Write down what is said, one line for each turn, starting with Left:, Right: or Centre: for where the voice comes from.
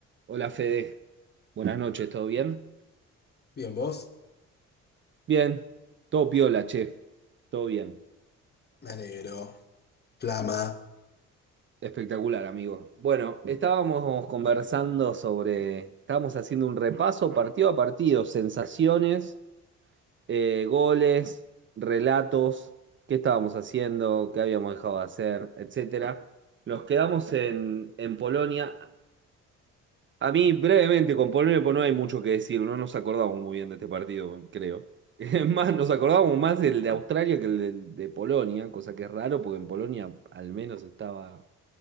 Right: Hola Fede, buenas noches, ¿todo bien?
Left: Bien, vos,
Right: Bien, todo piola, che, todo bien.
Left: me alegro. Flama,
Right: Espectacular, amigo. Bueno, estábamos conversando sobre, estábamos haciendo un repaso partido a partido, sensaciones, eh, goles, relatos, qué estábamos haciendo, qué habíamos dejado de hacer, etcétera. Nos quedamos en, en Polonia. A mí, brevemente, con Polonia pues, no hay mucho que decir. No nos acordamos muy bien de este partido, creo. <laughs> Es más, nos acordábamos más del de Australia que el de, de Polonia, cosa que es raro porque en Polonia al menos estaba